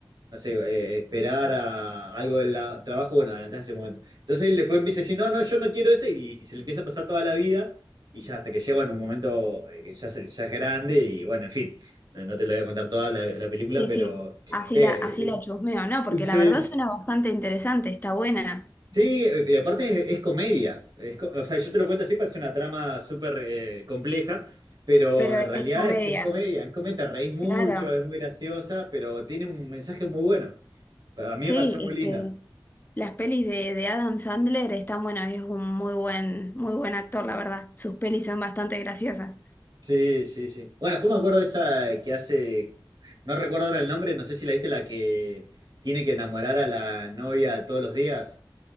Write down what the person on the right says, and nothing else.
no sé, eh, esperar a algo del la- trabajo, bueno, adelantás ese momento. Entonces él después empieza a decir, no, no, yo no quiero eso y, y se le empieza a pasar toda la vida. Y ya hasta que llega en un momento eh, que ya, se- ya es grande y bueno, en fin. No, no te lo voy a contar toda la, la película,
pero.
eh,
sí.
Sí, eh, pero aparte es, es comedia. Es co- o sea, yo te lo cuento así, parece una trama súper eh, compleja, pero
en realidad
es, es comedia. Es comedia, te reís mucho,
es muy graciosa, pero tiene un mensaje muy bueno. A mí
me pareció muy
linda.
Sí, sí, sí. Bueno, después me acuerdo de esa que hace. No recuerdo ahora el nombre, no sé si la viste, la que tiene que enamorar a la novia todos los días,